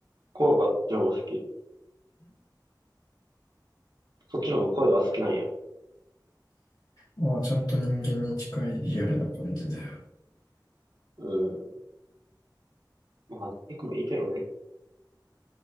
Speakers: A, on the right; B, on the left.
A: 声があっちの方が好き。そっちの方が声が好きなんや。
B: ああ、ちゃんと人間に近いリアルな感じだよ。
A: うん。まあ、ハッックもいいけどね。